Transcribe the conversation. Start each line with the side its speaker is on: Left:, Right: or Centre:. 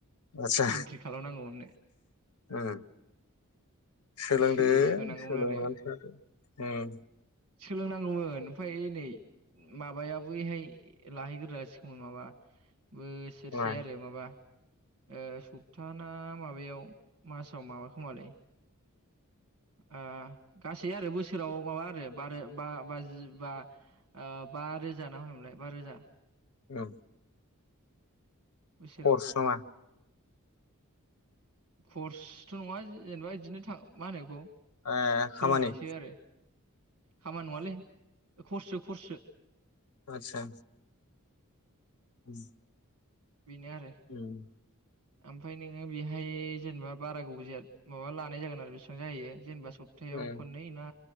Left: आदसा,
Right: एन्ट्रि खालामनांगौमोननो
Left: उम सोलोंदो
Right: सो-सोनांगौमोन
Left: सोलोंनानै
Right: आरो
Left: थादो उम।
Right: सोलोंनांगौमोन ओमफ्राय नै माबाया बैहाय लाहैग्रोजासिगोन माबा बोसोरसे
Left: मा
Right: आरो माबा ओ सप्ता ना माबायाव मासाव माबा खोमालै ओ गासै आरो बोसोराव माबा आरो बारो बा बाजि बा ओ बा रोजा ना मा होनोमोनलाय बा रोजा।
Left: औ।
Right: बोसोराव
Left: कर्स नङा
Right: कर्सथ नङा जेनेबा दिनो थां मा होनो बेखौ
Left: ए
Right: सोलोंनायसो
Left: खामानि
Right: आरो खामानि नङालै खर्ससो। खरसो
Left: आतसा। उम।
Right: बिनो आरो।
Left: उम
Right: ओमफ्राय नोङो बेहाय जेनेबा बारा गोबाव जाया माबा लानाय जागोन आरो बेसेबां जाहोयो जेनबा सपथायाव
Left: उम
Right: खोननै ना